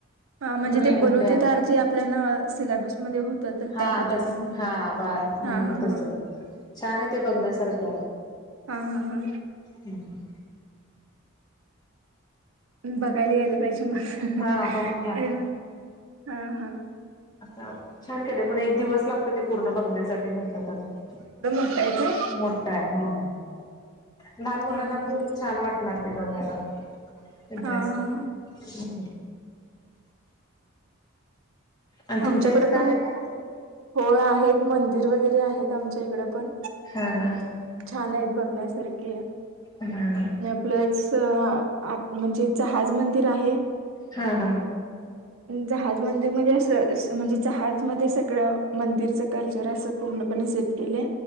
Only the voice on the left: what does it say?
मेंढ्या
हा
तस हा बा हम्म
तस
छान आहे ते बघण्यासारखं
हम्म
हा बघून या
आ छान केले पण एक दिवस लागतो ते पूर्ण बघण्यासाठी म्हटलं तर
मोठा आहे हो लहान मुलांना
खूप छान वाटणार ते बघायला इंटरेस्टिंग
हम् आणि तुमच्या
इथं काय
आहे
का
हा
हा हा
हा हा